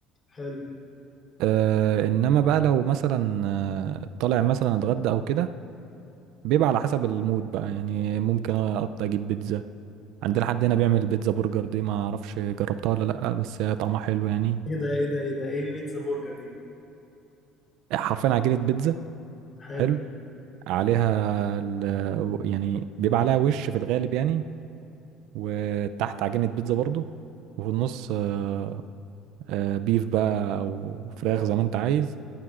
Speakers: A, on the left (about 30°); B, on the right (about 70°).
A: حلو
B: آه انما بقى لو مثلا آه، طالع مثلا اتغدى او كده بيبقى على حسب المود بقى يعني ممكن اقطع اجيب بيتزا عندنا حد هنا بيعمل بيتزا برجر دي ما اعرفش جربتها ولا لا بس هي طعمها حلو يعني
A: ايه ده ايه ده ايه ده ايه بيتزا برجر دي
B: حرفيا عجينة بيتزا
A: حلو
B: حلو عليها ال... يعني بيبقى عليها وش في الغالب يعني وتحت عجينة بيتزا برضو وفي النص آه، آه، بيف بقى او فراخ زي ما انت عايز